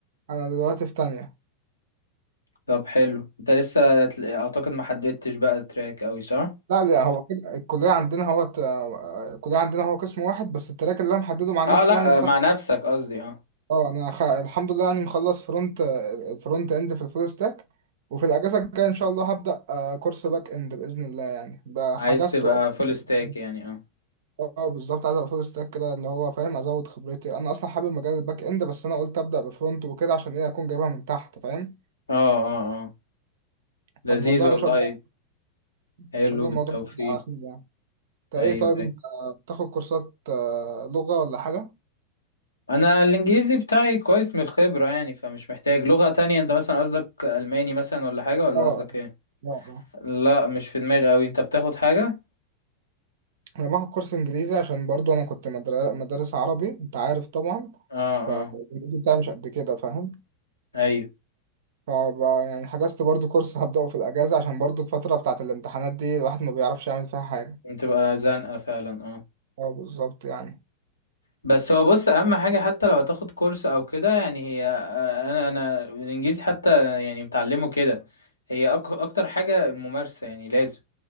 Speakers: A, on the right; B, on the left.
A: انا دلوقتي في تانية
B: طب حلو انت لسه تل- اعتقد ما حددتش بقى تراك قوي صح
A: لا لا هو كده الكليه عندنا هو ت- آه، الكليه عندنا هو قسم واحد بس التراك اللي انا محدده مع نفسي
B: اه لا
A: يعني
B: آه، مع نفسك قصدي اه
A: اه انا خ... الحمد لله يعني مخلص فرونت فرونت اند في الفول ستاك وفي الاجازه الجايه ان شاء الله هبدا آه، كورس باك اند باذن الله يعني بقى
B: عايز
A: حجزته
B: تبقى فول ستاك
A: أصلاً.
B: يعني اه
A: اه بالظبط عايز ابقى فول ستاك كده اللي هو فاهم ازود خبرتي انا اصلا حابب مجال الباك اند بس انا قلت ابدا بفرونت وكده عشان ايه اكون جايبها من تحت فاهم
B: اه اه اه لذيذ
A: فالموضوع
B: والله
A: ان شاء الله ان
B: حلو
A: شاء الله الموضوع
B: بالتوفيق
A: هيبقى على خير يعني انت ايه
B: ايوه
A: طيب انت
B: ايوه
A: بتاخد كورسات آه، لغه ولا حاجه
B: انا الانجليزي بتاعي كويس من الخبرة يعني فمش محتاج لغة تانية انت مثلا قصدك الماني مثلا ولا حاجة ولا
A: اه
B: قصدك ايه
A: اه اه
B: لا مش في دماغي اوي انت بتاخد حاجة
A: انا باخد كورس انجليزي عشان برضو انا كنت مدر- مدرس عربي انت عارف طبعا
B: اه
A: فالإنجليزي
B: اه
A: بتاعي مش قد كده فاهم
B: ايوه
A: فب- يعني حجزت برضو كورس هبدأه في الأجازة عشان برضو الفترة بتاعت الامتحانات دي الواحد ما بيعرفش يعمل فيها حاجة
B: بتبقى زنقة فعلا اه
A: اه بالظبط يعني
B: بس هو بص اهم حاجة حتى لو هتاخد كورس او كده يعني هي آه، انا انا الانجليزي حتى يعني متعلمه كده هي أك... اكتر حاجة الممارسة يعني لازم